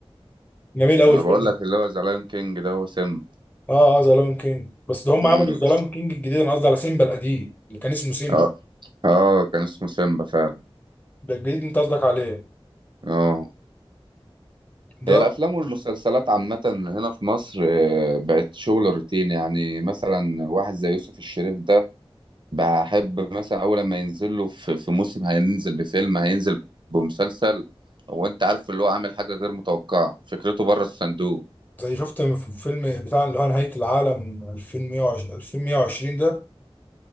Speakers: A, on the left; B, on the right.
A: جميل قوي
B: انا
A: الفيلم
B: بقول
A: ده
B: لك اللي هو ذا لايون كينج ده هو سيمبا
A: اه اه ذا لايون كينج بس ده هم
B: امم
A: عملوا ذا لايون كينج الجديد انا قصدي على سيمبا القديم اللي كان اسمه سيمبا
B: اه اه كان اسمه سيمبا فعلا
A: ده الجديد انت قصدك عليه
B: اه
A: ده
B: هي الأفلام والمسلسلات عامة هنا في مصر آه، بقت شغل روتين يعني مثلا واحد زي يوسف الشريف ده بحب مثلا أول لما ينزل له في في موسم هينزل بفيلم هينزل بمسلسل هو أنت عارف اللي هو عامل حاجة غير متوقعة فكرته بره الصندوق
A: زي شفت في فيلم بتاع اللي هو نهايه العالم 2120 2120 ده